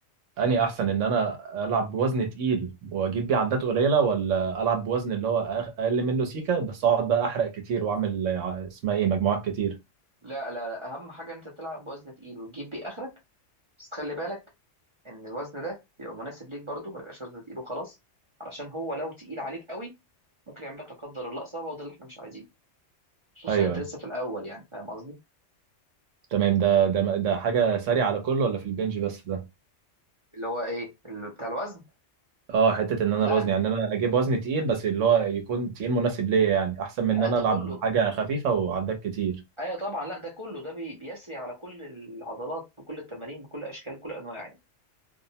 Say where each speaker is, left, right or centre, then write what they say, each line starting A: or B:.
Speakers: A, on the right; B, on the right.
A: اني احسن ان انا العب بوزن تقيل واجيب بيه عدات قليله ولا العب بوزن اللي هو أخ- اقل منه سيكه بس اقعد بقى احرق كتير واعمل آه، اسمها ايه مجموعات كتير
B: لا لا لا أهم حاجة إن أنت تلعب بوزن تقيل وتجيب بيه آخرك بس خلي بالك إن الوزن ده يبقى مناسب ليك برضه ما يبقاش وزن تقيل وخلاص علشان هو لو تقيل عليك قوي ممكن يعمل لك لا قدر الله إصابة وده اللي إحنا مش عايزينه خصوصا
A: ايوه
B: إن أنت
A: ايوه
B: لسه في الأول يعني فاهم قصدي
A: تمام ده ده ده حاجه سريعه على كله ولا في البنج بس ده
B: اللي هو إيه اللي بتاع الوزن
A: اه حته ان انا
B: لا
A: الوزن يعني انا اجيب وزن تقيل بس اللي هو يكون تقيل مناسب ليا يعني احسن من ان
B: لا
A: انا
B: ده
A: العب
B: كله
A: حاجه خفيفه وعداك كتير
B: ايوه طبعا لا ده كله ده بي- بيسري على كل العضلات بكل التمارين بكل اشكال كل انواع يعني.